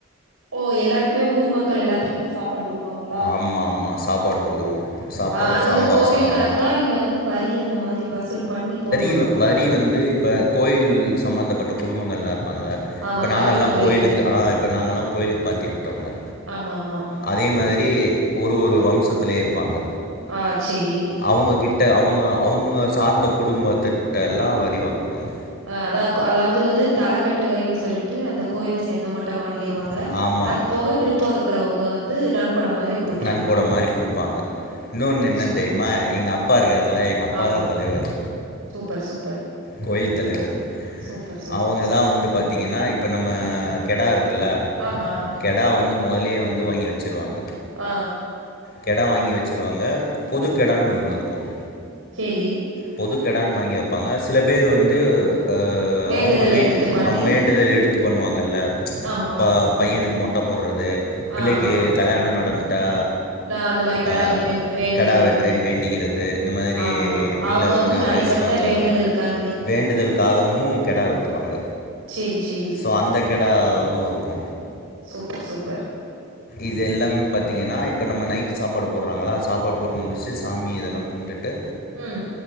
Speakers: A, on the right (about 85°); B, on the left (about 45°).
A: ஓ எல்லாருக்குமே ஊர் மக்கள் எல்லாத்துக்குமே சாப்பாடு குடுப் ங்களா
B: ஆமா ஆமா சாப்பாடு போடுவோ சாப்பா
A: ஆ அது
B: சாம்பார்
A: வந்து கோவில்
B: சாதோ
A: கணக்கா இல்ல வந்து வரி அந்த மாரி வஸ் வசூல் பண்ணி போடுவா
B: இவ் வரி வந்து இப்ப கோயில் சம்பந்தப்பட்ட குடும்பங்கல்லா இருப்பாங்கல்ல
A: ஆமா
B: இப்ப நாங்கல்லா
A: தலக்கட்டு வரி
B: கோயிலுக்கு ஆ இப்ப நாங்கல்லா கோயிலுக்கு பாத்தியப்பட்டவுங்க
A: ஆமா ஆமா
B: அதே மாரி ப்டி ஒரு ஒரு வம்சத்லே இருப்பாங்க
A: ஆ சேரி
B: அவுங்க கிட் கிட்ட அவுங்க அவுங்க சார்ந்த குடும்பத்திட்டெல்லா வரி வாங்குவாங்க
A: அ அதா அதாவ்து வந்து தலக்கட்டு வரின் சொல்லிட்டு அந்த கோயில சேந்தவுங்கிட்ட வாங்கிருவாங்க
B: போக
A: அது போக விருப்பம் இருக்கறவங்க வந் து நன்கொட மாரி குடுக்
B: நன்கொட மாரி குடுப்பாங்க இன்னொன்னு என்னன்னு
A: சரி.
B: தெரிமா எங்க அப்பா இருக்கார்ல எங்க அப்பா
A: ஆமா
B: தா தலைவர்
A: சூப்பர் சூப்பர்
B: கோயில் தலைவர்
A: சூப்பர் சூப்பர்
B: அவுங்க தா என்ன வந்து பாத்தீங்கன்னா இப்போ நம்ம கெடா இருக்குல்ல
A: ஆமா
B: கெடா வந்து மொதலயே வாங்கி வச்சுருவாங்க
A: ஆ
B: கெடா வாங்கி வச்சுருவாங்க பொது கெடானு ஒன்னு இருக்கும்
A: செரி
B: பொதுக்கெடானு வாங்கி வப்பாங்க சில பேர் வந்து அ
A: வேண்டுதல்
B: அவுங்க வீட்
A: எடுத்து பண்ணி
B: வேண்டுதல் எடுத்து பண்ணுவாங்கல்ல
A: ஆமா
B: இப்ப பையனுக்கு மொட்ட போட்றது பிள்ளைக்கு
A: ஆ ஆ
B: கல்யாணம் நடந்துட்டா
A: நா அந்த மாரி கெடா
B: ஆ
A: வெட்ட வேண்டிக்கிறது
B: கெடா வெட்ரேன் வேண்டிக்கறது இந்த மாரி
A: ஆமாமா.
B: என்
A: அவங்கவங்க
B: பிள்ள வந்து
A: தனிப்பட்ட
B: வயசுக்கு வந்த
A: வேண்டுதலுக்காண்டி.
B: அது வேண்டுதல்க்காகவு கெடா வெட்டுவாங்க
A: சேரி சேரி
B: சோ அந்த கெடாவு இருக்கு
A: சூப்பர் சூப்பர்
B: இது எல்லாமே பாத்தீங்கன்னா இப்ப நம்ம நைட்டு் சாப்பாடு போட்றாங்களா சாப்பாடு போட்டு முடிச்சு சாமி இதல்லா கும்ட்டு
A: ம்.